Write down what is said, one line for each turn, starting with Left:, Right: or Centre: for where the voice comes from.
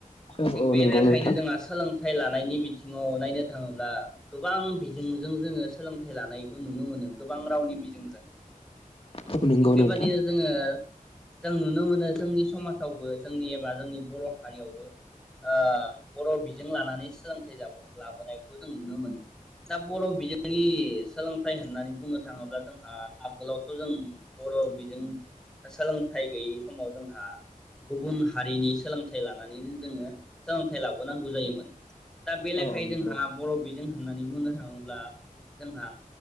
Left: औ
Centre: थिग
Left: औ
Centre: बे
Left: नंगौ
Centre: लेखायनो
Left: नोंथां
Centre: जोंहा सोलोंथाइ लानायनि बिथिङाव नायनो थाङोब्ला बा गोबां बिजों नि जों जोङो सोलोंथाइ लानायखौ नुनो मोनो गोबां रावनि बिजोंजों
Left: औ नंगौ
Centre: थिग बेबादिनो
Left: नोंथां
Centre: जोङो जों नुनो मोनो जोंनि समाजावबो जोंनि एबा जोंनि बर' हारियावबो ओ बर' बिजों लानानै सोलोंथाइाब लाबोनायखौ जों नुनो मोनो दा बर' बिजोंनि सोलोंथाइ होननानै बुंनो थाङोब्ला जोंहा आगोलावथ' जों बर' बिजों सोलोंथाइ गैयै समाव जोंहा गुबुन हारिनि सोलोंथाइ लानानैनो जोङो सोलोंथाइ लाबोनांगौ जायोमोन दा बे लेखायै
Left: औ औ नंगौ
Centre: जोंहा बर' जों होननानै बुंनो थाङो ब्ला जोंहा